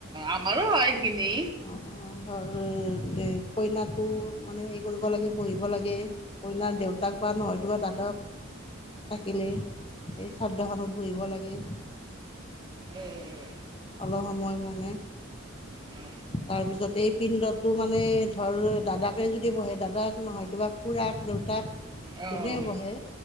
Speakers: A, on the right; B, on the left.
A: আমাৰো হয় সেইখিনি।
B: অ ধৰ এই কইনাটো মানে হেৰি কৰিব লাগে, বহিব লাগে। কইনাৰ দেউতাক বা নহয়তোবা দাদক থাকিলেই, সেই শ্ৰাদ্ধখনত বহিব লাগে।
A: অ',
B: অলপ সময় কাৰণে।
A: অ',
B: তাৰ পিছত এই পিণ্ডতো মানে ধৰ দাদাকে যদি বহে দাদাক, নহয়তোবা খুৰাক, দেউতাক
A: অ',
B: যোনে বহে,